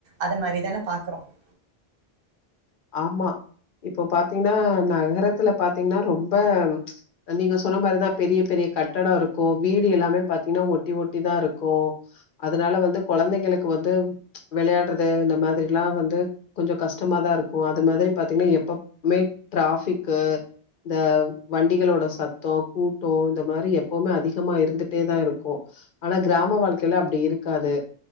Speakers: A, on the right; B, on the left.
A: அத மாரி தானே பா <inaudible>
B: ஆமா இப்போ பாத்தீங்கன்னா நகரத்துல பாத்தீங்கன்னா ரொம்ப நீங்க சொன்ன மாரிதா பெரிய பெரிய கட்டட இருக்கு வீடு எல்லாமே பாத்தீங்ன்னா ஒட்டி ஒட்டி தா இருக்கு அதனால வந்து கொழந்தைங்களுக்கு வந்து வெளையாடுறது இந்த மாதிரில்லா வந்து கொஞ்ச கஷ்டமாதா இரு க்கு அது மாதிரி பாத்தீங்கன்னா எப்பவுமே டிராஃபிக்கு இந்த வண்டிகளோட சத்தோம் கூட்டோம் இந்த மாரி எப்போமே அதிகமா இருந்துட்டே தான் இருக்கும் ஆனா கிராம வாழ்க்கைலா அப்டி இருக்காது